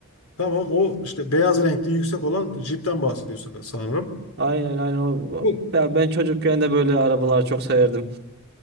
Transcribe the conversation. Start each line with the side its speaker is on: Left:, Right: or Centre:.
Left: Tamam o işte beyaz renkli yüksek olan Jeep'ten bahsediyorsun sanırım.
Right: Aynen aynen o.
Left: Bu.
Right: Ya ben çocukken de böyle arabalar çok severdim.